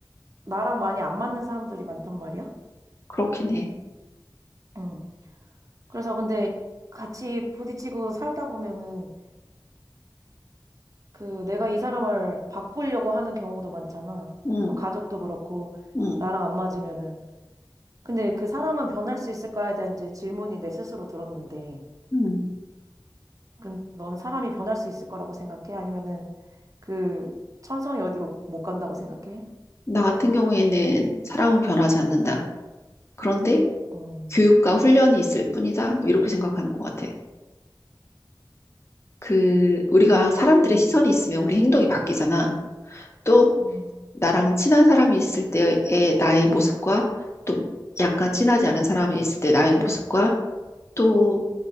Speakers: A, on the right; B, on the left.
A: 나랑 많이 안 맞는 사람들이 많단 말이야?
B: 그렇긴 해.
A: 응. 그래서 근데 같이 부딪히고 살다 보면은 그 내가 이 사람을 바꾸려고 하는 경우도 많잖아.
B: 응,
A: 뭐 가족도 그렇고
B: 응,
A: 나랑 안 맞으면은. 근데 그 사람은 변할 수 있을까에 대한 이제 질문이 내 스스로 들었는데,
B: 응.
A: 근 너는 사람이 변할 수 있을 거라고 생각해? 아니면은 그 천성이 어디 못, 못 간다고 생각해?
B: 나 같은 경우에는 사람은 변하지 않는다. 그런데
A: 어,
B: 교육과 훈련이 있을 뿐이다. 뭐 이렇게 생각하는 것 같아. 그, 우리가 사람들의
A: 음,
B: 시선이 있으면 우리 행동이 바뀌잖아. 또,
A: 음, 음,
B: 나랑 친한 사람이 있을 때의 나의 모습과 또 약간 친하지 않은 사람이 있을 때 나의 모습과 또